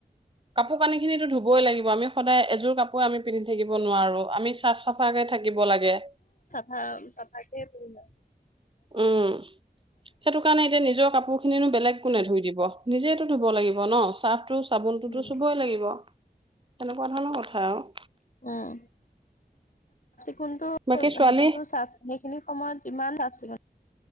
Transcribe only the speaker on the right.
কাপোৰ কানি খিনিতো ধুবই লাগিব। আমি সদায় এযোৰ কাপোৰে আমি পিন্ধি থাকিব নোৱাৰো। আমি চ চাফাকে থাকিব লাগে।
উম, সেইটো কাৰণে এতিয়া নিজৰ কাপোৰ খিনিনো বেলেগ কোণে ধুই দিব। নিজেইটো ধুব লাগিব ন, ছাৰ্ফটোতো, চাবোনটোতো
চুবই লাগিব। তেনেকুৱা ধৰণৰ কথা আৰু।
বাকী ছোৱালী